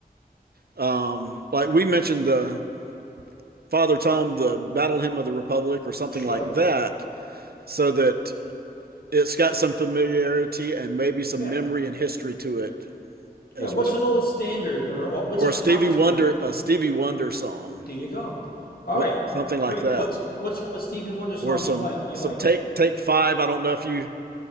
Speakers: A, on the right; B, on the left.
A: Um, like we mentioned the Father Tom, the Battle Hymn of the Republic, or something
B: Sure.
A: like that, so that it's got some familiarity and maybe some
B: Yeah.
A: memory and history to it as
B: Yeah. What's
A: well.
B: an old standard or uh, what's
A: Or
B: a
A: a
B: pop
A: Stevie
B: tune?
A: Wonder, a Stevie Wonder song,
B: There you go. All
A: what
B: right.
A: something like
B: Great.
A: that,
B: What's what's a Stevie Wonder song
A: or some
B: you like? You
A: some
B: like?
A: take take five. I don't know if you